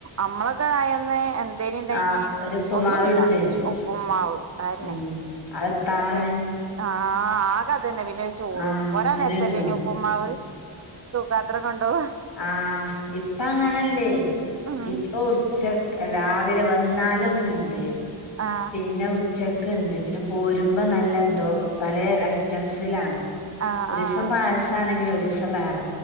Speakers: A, on the right (about 35°); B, on the left (about 60°).
A: അമ്മളൊക്കെ ആയന്ന് എ ന്തേനി ഇണ്ടായ്ന്യേ.
B: ആ ഒരു ഉപ്പുമാവ്
A: ഒന്നുല്ല.
B: എടുത്ത് തരും
A: ഉപ്പ് മാവ് അതെന്നെ
B: ഉം അതെത്താണ്
A: ഇപ്പ ആഹ് ആക അതന്നെ പിന്നെ ഒര ചോറും.
B: ആ
A: പോരാൻ
B: നിന്നോട്
A: നേരത്തല്ലേന്യോ
B: ചോ
A: ഉപ്പ്മ്മാവ്? തൂക്കാത്രം കൊണ്ടോവാ
B: ആഹ് ഇപ്പങ്ങനല്ലേ.
A: ഉം
B: ഇപ്പൊ ഉച്ചക് രാവിലെ വന്നാലൊന്ന്ണ്ട്.
A: ആ
B: പിന്നെ ഉച്ചക്ക് ണ്ട് പിന്നെ പോരുമ്പം നല്ല എന്തോ പല ഐറ്റംസിലാണ്.
A: ആ
B: ഒരിസം
A: ആ
B: പായസാണെങ്കില് ഒരിസം വേറ